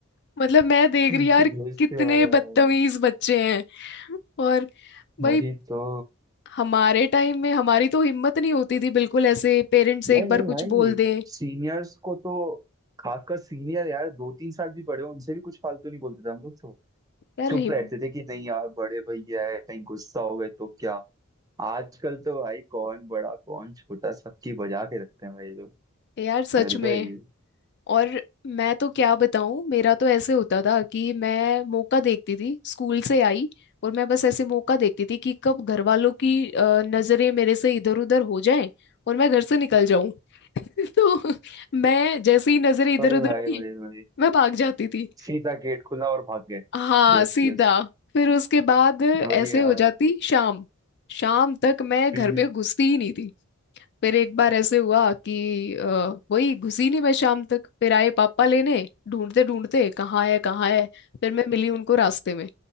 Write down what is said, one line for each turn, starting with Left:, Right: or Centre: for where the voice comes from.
Left: मतलब मैं देख
Right: बेइज्जती
Left: रही यार कितने
Right: हो रहा है
Left: बदतमीज
Right: भाई
Left: बच्चे हैं और भाई
Right: वही तो
Left: हमारे टाइम में हमारी तो हिम्मत नहीं होती थी बिल्कुल ऐसे पेरेंट्स से
Right: भाई
Left: एक
Right: नहीं
Left: बार
Right: भाई
Left: कुछ बोल दें
Right: सीनियर्स को तो खासकर सीनियर यार दो तीन साल भी बड़े हो उनसे भी कुछ फालतू नहीं बोलते थे हम लोग तो
Left: यार
Right: चुप
Left: हिम
Right: रहते थे कि नहीं यार बड़े भैया है कहीं गुस्सा हो गए तो क्या आजकल तो भाई कौन बड़ा कौन छोटा सबकी बजा के रखते हैं भाई लोग
Left: यार सच
Right: अलग
Left: में
Right: ही
Left: और मैं तो क्या बताऊं मेरा तो ऐसे होता था कि मैं मौका देखती थी स्कूल से आई और मैं बस ऐसे मौका देखती थी कि कब घर वालों की अ, नजरें मेरे से इधर उधर हो जाएं और मैं घर से निकल जाऊं <laughs> तो मैं जैसे ही नजरें इधर
Right: अरे
Left: उधर
Right: भाई
Left: हुई
Right: भाई भाई
Left: मैं भाग जाती थी
Right: सीधा गेट खुला और भाग गए
Left: हाँ
Right: Yes
Left: सीधा
Right: yes
Left: फिर उसके बाद ऐसे
Right: वही यार
Left: हो जाती शाम शाम तक मैं घर
Right: हम्म
Left: में
Right: हम्म,
Left: घुसती ही नहीं थी फिर एक बार ऐसे हुआ कि अ, वही घुसी नहीं मैं शाम तक फिर आए पापा लेने ढूंढते ढूंढते कहाँ है कहाँ है फिर मैं मिली उनको रास्ते में